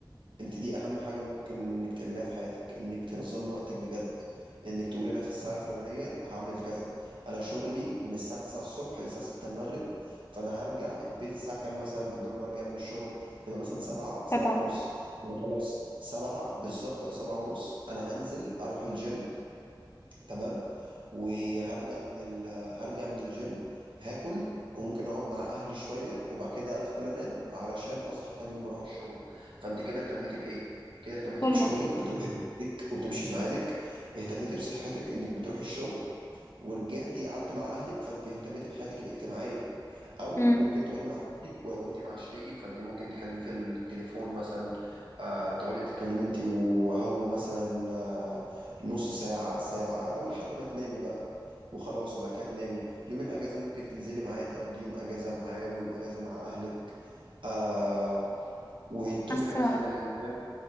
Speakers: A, on the right (about 80°); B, on the left (about 30°).
A: انت دي اهم حاجه ممكن انك تعمليها في حياتك انك تنظمي وقتك بجد انك تقولي انا في الساعه الفلانيه هعمل كذا انا شغلي من الساعه 9 الصبح للساعه 6 المغرب فانا هرجع البيت الساعه كام مثلا عقبال ما ارجع من الشغل تبقى مثلا 7 7
B: تبعه
A: ونص يبقى خلاص 7 بالظبط او 7 ونص انا هنزل اروح الجيم تمام وهرجع من ال... هرجع من الجيم هاكل وممكن اقعد مع اهلي شويه وبعد كده ادخل انام علشان اصحى تاني يوم اروح الشغل فانت كده اهتمتي بايه كده اهتمتي
B: كله
A: بشغلك بتروحي ميعادك وبتمشي في ميعادك اهتمتي بصحتك انك بتروحي الشغل ورجعتي قعدت مع اهلك فانت اهتمتي بحياتك الاجتماعيه او
B: امم
A: ممكن تقعدي مع شريكك ولو انت مع شريكك فانت ممكن تكلمي في التليفون مثلا آه تقعدي تتكلمي انت وهو مثلا آه نص ساعة ساعة او لحد ما تنامي بقى وخلاص وبعد كده تنامي يوم الاجازة ممكن تنزلي معاه تقضي يوم اجازة معاه ويوم اجازة مع اهلك آه وتروحي
B: حاسه
A: مثلا الجيم